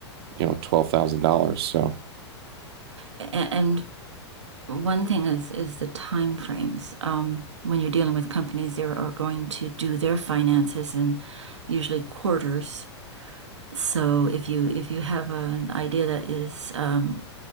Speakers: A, on the right; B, on the right.
A: you know, $12,000. So,
B: And, One thing is is the time frames. Um, when you're dealing with companies, they are going to do their finances in usually quarters. So if you if you have an idea that is um,